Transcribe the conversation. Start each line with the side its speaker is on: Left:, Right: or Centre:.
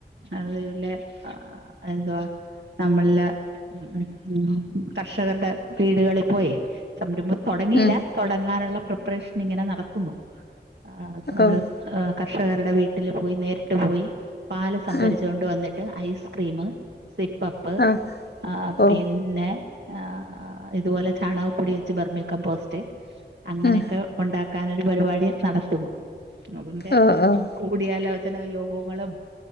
Right: അതിലെ ആ... എന്തുവാ നമ്മളില ഉം ഉം ഉം, കർഷകരുടെ വീടുകളിൽ പോയേ സംരംഭം തൊടങ്ങിയില്ല.
Left: ഉം
Right: തൊടങ്ങാനുള്ള പ്രിപ്പറേഷൻ ഇങ്ങനെ നടത്തുന്നു. ആ നമ്മള്
Left: ഉം ഓഹ്
Right: ഏഹ് കർഷകരുടെ വീട്ടില് പോയി നേരിട്ട് പോയി പാല് സംഭരിച്ച്
Left: ഉം
Right: കൊണ്ട് വന്നി ട്ട്, ഐൽസ്ക്രീമ്, സിപ്പപ്പ്
Left: ആഹ്
Right: ആ
Left: ഓഹ്
Right: പിന്നെ ആ ഇതുപോലെ ചാണകപ്പൊടി വെച്ച് ബർമി കമ്പോസ്റ്റ് അങ്ങനെയൊക്കെ
Left: ഉം
Right: ഒണ്ടാക്കാനൊരു പരിപാടി നടത്തുന്നു. അവന്തെ
Left: ഓഹ് ഓഹ്
Right: കൂടിയാലോചന യോഗങ്ങളും